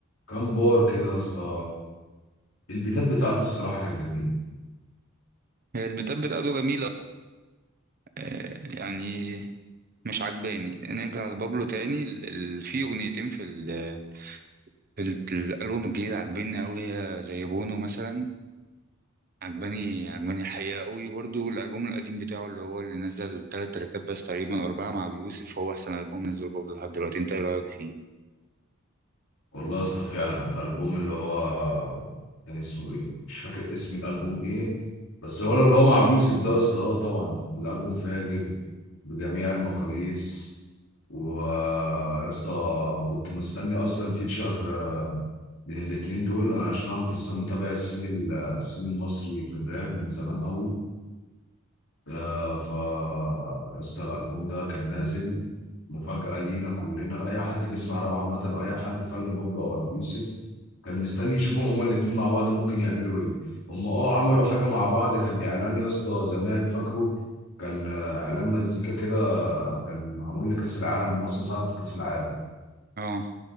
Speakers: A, on the left (about 75°); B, on the right (about 45°).
A: كام بار كده يا اسطى البيتات بتاعته الصراحه كانت جميله
B: هي البيتات بتاعته جميلة آه، يعني مش عجباني نرجع لبابلو تاني ال- ال- في اغنيتين في ال في ال- الالبوم الجديد عجباني قوي هي زي بونو مثلا عجباني عجباني الحقيقه قوي برضو الالبوم القديم بتاعه اللي هو اللي نزل ثلاث تراكات بس تقريبا أو اربعه مع ابي يوسف هو احسن البوم نزله بابلو لحد دلوقتي انت ايه رايك فيه
A: والله يا اسطى فعلا البوم اللي هو كان اسمه ايه مش فاكر اسم الالبوم ايه بس هو لو اللي هو مع ابو يوسف ده يا اسطى آه، طبعا الالبوم فاجر بجميع المقاييس ويا اسطى كنت مستني اصلا فيتشر بين الاتنين دول عشان انا اصلا متابع السين ال- السين المصري في الراب من زمان قوي آه، ف يا اسطى الالبوم ده كان نازل مفاجأة لينا كلنا لأي حد بيسمع راب عامة وأي حد فل بابلو أو أبو يوسف كان مستني يشوفهم هما الاتنين مع بعض ممكن يعملوا إيه هما أه عملوا حاجة مع بعض كان إعلان يا اسطى زمان فاكره كان آه، إعلان مزيكا كده كان معمول لكأس العالم مصر صعد كأس العالم
B: اه